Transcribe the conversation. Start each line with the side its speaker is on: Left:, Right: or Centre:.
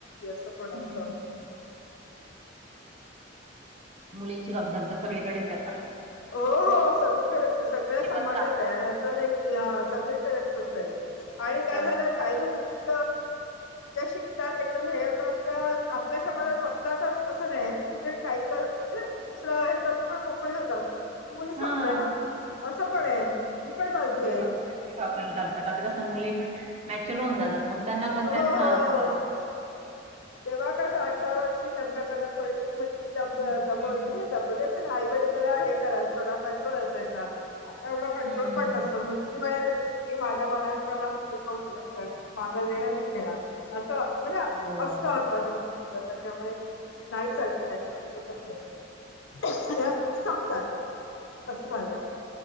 Left: अस कोण
Right: हं.
Left: असत
Right: मुलींची कमतरता सगळीकडेच येत
Left: हो हो सगळीकडे सगळ्या समाजात
Right: पण चालते.
Left: आहे आणि असं नाही क हा सगळीकडेच असं आहे आणि
Right: त्यामुळे
Left: काय झालं काही मुली ज्या शिकतात एकदम हे होतात त्या आपल्या समाजातपतातच
Right: मग
Left: असं नाही ते कुठे काही करून म्हणजे दुसरा हे करून पण मोकळी होतात मी मुली संपलंय
Right: हां,
Left: ना असं पण आहे ती पण बाजू
Right: विवाह
Left: एक
Right: पण करतात आता का समली पण मॅचर होऊन जातात मग त्यांना पण
Left: हो
Right: त्यांचं
Left: हो तेव्हा कसं अठरा वर्षी लग्न करा थोडे मुलग
Right: हं,
Left: दबब
Right: हं.
Left: म्हणजे ब ना आई वेळी तला हे करा थोडा कंट्रोल असायचा आता एवढं कंट्रोल
Right: हम्म.
Left: पण नसतं मुलगी म्हळे मी माझ्या मनाने कणार तुम्ही कोण विनत करणार माझा र्ण मी घेणार असं म्हणजे
Right: हो
Left: स् मुलीच त्याच्यामुळे नाही चालत काही करू शकत नाही ह मुली सांगतात असं झालंय